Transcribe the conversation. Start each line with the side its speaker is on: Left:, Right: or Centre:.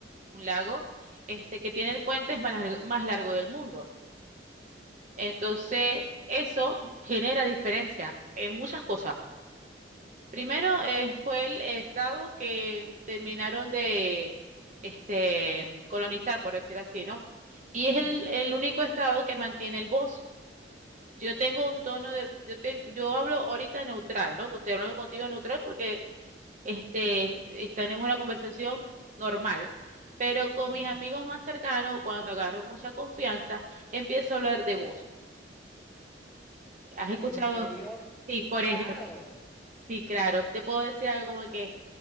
Right: un lago este, que tiene el puente más largo, más largo del mundo. Entonces, eso genera diferencia en muchas cosas. Primero eh, fue el estado que terminaron de este, colonizar, por decir así, ¿no? Y
Centre: Ujú,
Right: es el, el único estado que mantiene el bosque. Yo tengo un tono de, yo tengo, yo hablo ahorita neutral, ¿no? Estoy hablando contigo neutral porque este, es- tenemos una conversación normal. Pero con
Centre: ujú.
Right: mis amigos más cercanos, cuando agarro mucha confianza, empiezo a hablar de voz. ¿Has escuchado?
Centre: ¿En serio?
Right: Sí, por
Centre: Claro,
Right: ejemplo, sí, claro. Te puedo decir algo como que,